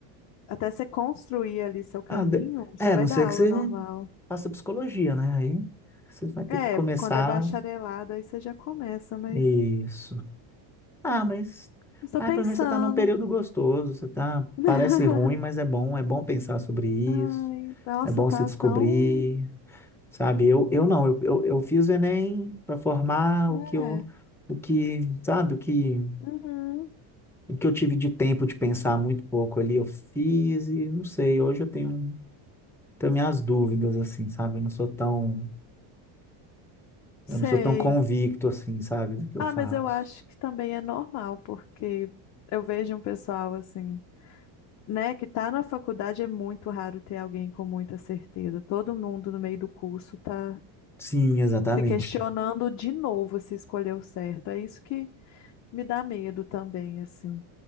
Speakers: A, on the left; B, in the centre.
A: Até você construir ali seu caminho,
B: Ah, de-
A: você
B: É,
A: vai
B: a não ser
A: dar
B: que
A: aula
B: você
A: normal.
B: faça psicologia, né? Aí você vai ter
A: É,
B: que começar.
A: quando é bacharelado, aí você já começa, mas
B: Isso. Ah, mas
A: estou
B: ah,
A: pensando.
B: pelo menos você está num período gostoso, você tá,
A: <laughs>
B: parece ruim, mas é bom, é bom pensar sobre isso,
A: Ai, nossa,
B: é bom
A: tá
B: se descobrir,
A: tão.
B: sabe? Eu, eu
A: tão-
B: não, eu, eu, eu fiz o Enem para formar
A: É.
B: o que eu, o que, sabe, o que,
A: Uhum,
B: o que eu tive de tempo de pensar muito pouco ali, eu fiz e não sei, hoje eu tenho, tenho minhas dúvidas, assim, sabe? Eu não sou tão, eu
A: sei.
B: não sou tão convicto, assim, sabe, do que eu
A: Ah,
B: faço.
A: mas eu acho que também é normal, porque eu vejo um pessoal assim. né, que tá na faculdade é muito raro ter alguém com muita certeza. Todo mundo no meio do curso tá
B: Sim, exatamente.
A: se questionando de novo se escolheu certo. É isso que me dá medo também, assim.